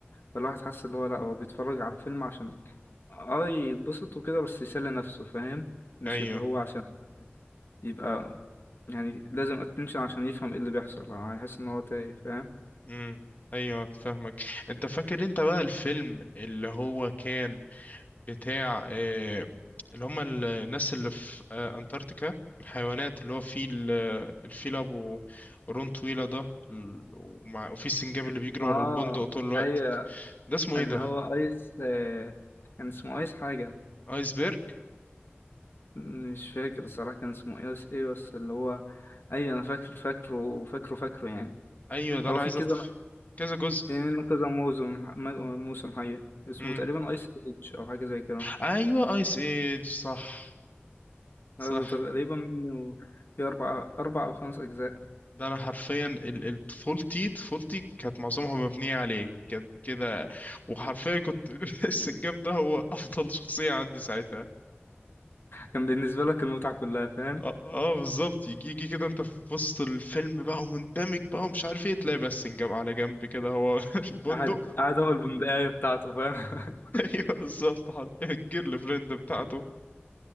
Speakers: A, on the left; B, on the left.
A: فالواحد حاسس اللي هو لأ هو بيتفرج على الفيلم عشان اه يتبسط وكده بس يسلي نفسه فاهم مش
B: ايوه
A: اللي هو عشان يبقى يعني لازم اتنشن عشان يفهم ايه اللي بيحصل يعني هيحس ان هو تايه فاهم
B: امم ايوه فاهمك انت فاكر انت بقى الفيلم اللي هو كان بتاع آه، اللي هم ال- الناس اللي في آه، أنتاركتيكا الحيوانات اللي هو فيل آه، الفيل أبو قرون طويلة ده ال- ومع وفي السنجاب اللي بيجري
A: اه
B: ورا البندق طول الوقت
A: ايوه
B: ده اسمه
A: اللي
B: ايه ده؟
A: هو ايس آه، كان اسمه ايس حاجة
B: ايسبرج
A: مش فاكر الصراحة كان اسمه ايس ايه بس اللي هو اي انا فاكر فاكره فاكره فاكره يعني
B: ايوه ده
A: هو
B: انا
A: في
B: عايز
A: كذا
B: اطف كذا جزء
A: في منه كذا موسم موسم حقيقي اسمه
B: امم
A: تقريبا ايس ايج او حاجة زي كده
B: ايوه ايس ايج صح صح
A: اه ده تقريبا منه في أربع أربع أو خمس أجزاء
B: ده انا حرفيا ال- ال- طفولتي طفولتي كانت معظمها مبنيه عليه كانت كده وحرفيا كنت <laughs> السنجاب ده هو افضل شخصيه عندي ساعتها
A: كان بالنسبة لك المتعة كلها فاهم
B: اه, آه بالظبط يجي يجي كده انت في وسط الفيلم بقى ومندمج بقى ومش عارف ايه تلاقي بس جاب على جنب كده هو <laughs> البندق
A: قعد قعد هو البندقية بتاعته فاهم <laughs>
B: ايوه بالظبط حرفيا الجيرل فريند بتاعته